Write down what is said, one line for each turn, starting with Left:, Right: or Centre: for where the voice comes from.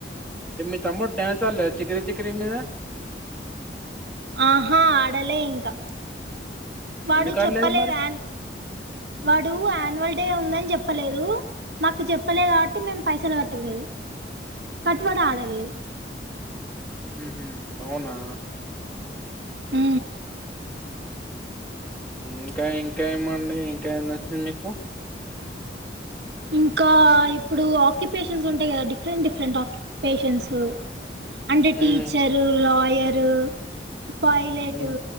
Centre: మీ తమ్ముడు డాన్స్ ఆడలే చికిరీ చికరీ మీద
Right: ఆహా ఆడలే ఇంకా వాడు
Centre: ఎందుకు ఆడలేదు
Right: చెప్పలేదు
Centre: మరి
Right: యాన్ వాడు యాన్యువల్ డే ఉందని చెప్పలేదు మాకు చెప్పలే కాబట్టి మేం పైసలు కట్టలేదు కట్వాడ ఆడ లేదు
Centre: ఊహు అవునా
Right: ఊ
Centre: ఇంకా ఇంకా ఏమండి ఇంకా నచ్చింది మీకు
Right: ఇంకా ఇప్పుడు ఆక్యుపేషన్స్ ఉంటాయి కదా డిఫరెంట్ డిఫరెంట్ ఆక్యు పేషెన్సు అంటే
Centre: ఉమ్
Right: టీచరు లాయరు పైలెటు
Centre: ఉమ్